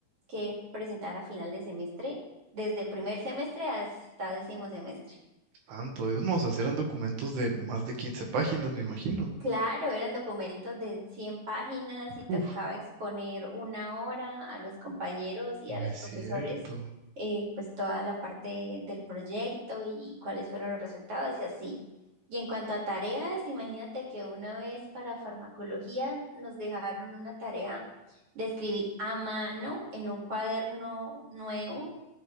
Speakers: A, on the right; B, on the right.
A: que presentar a final de semestre desde primer semestre hasta décimo semestre.
B: tanto, Dios, no, o sea, si eran documentos de más de quince páginas, me imagino.
A: Claro, eran documentos de 100 páginas y tocaba
B: Uf,
A: exponer una hora a los compañeros y
B: no
A: a los
B: es
A: profesores,
B: cierto,
A: eh, pues toda la parte del proyecto y cuáles fueron los resultados y así. Y en cuanto a tareas, imagínate que una vez para farmacología nos dejaron una tarea de escribir a mano en un cuaderno nuevo